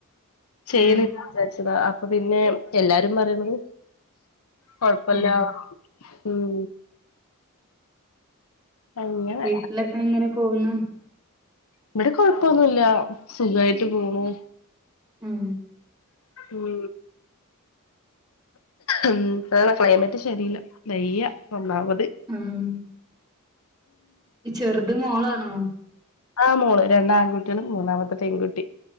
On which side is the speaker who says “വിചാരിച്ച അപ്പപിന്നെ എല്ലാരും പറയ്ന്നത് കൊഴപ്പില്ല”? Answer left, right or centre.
Left